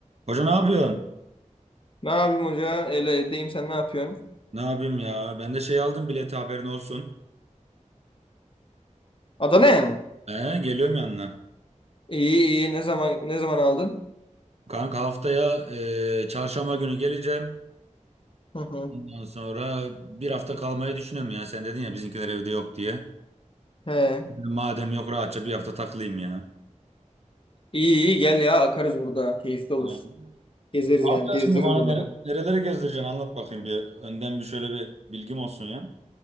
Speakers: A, on the right (about 55°); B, on the left (about 40°).
A: Hoca ne yapıyorsun?
B: Ne yapayım hoca? Öyle edeyim sen ne yapıyorsun?
A: Ne yapayım ya? Ben de şey aldım bileti haberin olsun.
B: Adana'ya mı?
A: Ee, geliyorum yanına.
B: İyi iyi. Ne zaman ne zaman aldın?
A: Kanka haftaya e, çarşamba günü geleceğim.
B: Hı hı.
A: Ondan sonra bir hafta kalmayı düşünüyorum ya. Sen dedin ya bizimkiler evde yok diye.
B: He.
A: Dedim, Madem yok rahatça bir hafta takılayım ya.
B: İyi iyi gel ya akarız burada. Keyifli olur.
A: Ee, Ne
B: Gezeriz yani.
A: yapacağız
B: Gezdiririm
A: şimdi bana
B: buralara.
A: nere nereleri gezdireceksin anlat bakayım bir. Önden bir şöyle bir bilgim olsun ya.